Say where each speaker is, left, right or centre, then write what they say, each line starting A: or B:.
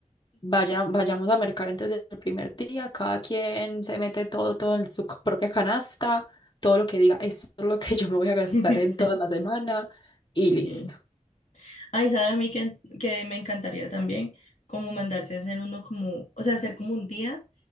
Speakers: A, on the left (about 35°); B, on the left (about 65°).
A: Vaya, vayamos a mercar entonces el primer día, cada quien se mete todo, todo en su co- propia canasta, todo lo que diga, esto es lo que <laughs> yo me voy a gastar
B: <laughs>
A: en toda la semana y listo.
B: Sí. Ay, sabe a mí que, que me encantaría también como mandarse a hacer uno como, o sea, hacer como un día,